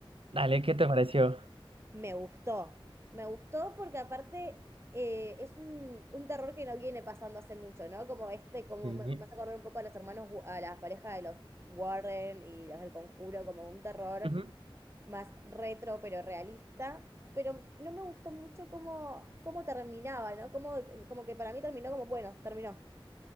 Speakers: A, on the right (about 75°); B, on the right (about 30°).
A: Dale, ¿qué te pareció?
B: Me gustó, me gustó porque aparte eh, es un, un terror que no viene pasando hace mucho, ¿no? Como este, como
A: Sí.
B: me, me hace acordar un poco a los hermanos, Wa- a las parejas de los Warren y los del Conjuro, como un terror
A: Ujú.
B: más retro pero realista, pero no me gustó mucho cómo, cómo terminaba, ¿no? Como, como que para mí terminó como, bueno, terminó.